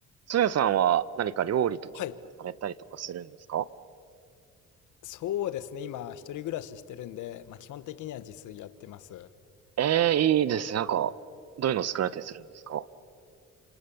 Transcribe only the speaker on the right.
ソヤさんは何か料理とかってされたりとかするんですか
ええーいいですね。なんか、どういうの作られたりするんですか